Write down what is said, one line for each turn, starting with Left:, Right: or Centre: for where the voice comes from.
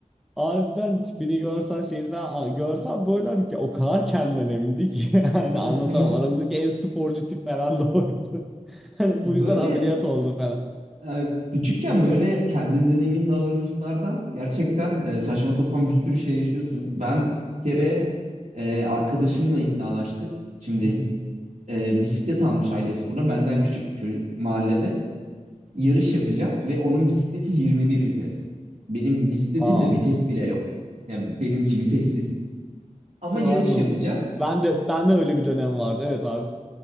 Centre: Harbiden tipini görsen şeyini ben a- görsem böyle hani ki o kadar kendinden emindi ki <laughs> yani anlatamam.
Right: <laughs>
Centre: Aramızdaki en sporcu tip falan da oydu. <laughs> Hani
Right: Böyle
Centre: bu yüzden ameliyat oldu falan.
Right: e, küçükken böyle kendinden emin davranışlardan gerçekten e, saçma sapan bir sürü şey yaşıyorsun. Ben bir kere e, arkadaşımla iddialaştık. Şimdi
Centre: <laughs>
Right: e, bisiklet almış ailesi buna. Benden küçük bir çocuk mahallede. yarış yapacağız ve onun bisikleti 21 vites. Benim bisikletimde
Centre: Aa.
Right: vites bile yok. Yani benimki vitessiz. Ama
Centre: <laughs>
Right: yarış
Centre: Anladım.
Right: yapacağız.
Centre: Ben de ben de öyle bir dönem vardı. Evet abi.